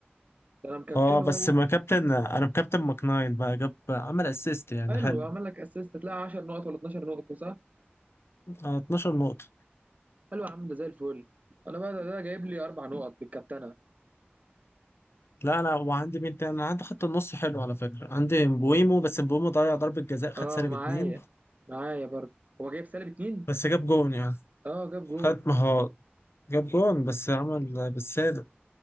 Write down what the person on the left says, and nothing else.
اه بس
ما كابتن انا مكابتن ماكنايل بقى جاب عمل اسيست يعني
حلو
آه 12 نقطة
لا انا وعندي مين تاني انا عندي خط النص حلو على فكره عندي مبويمو بس مبويمو ضيع ضربه جزاء خد
سالب
اتنين
بس جاب جون يعني
خد مهارات جاب جون بس عمل بالسالب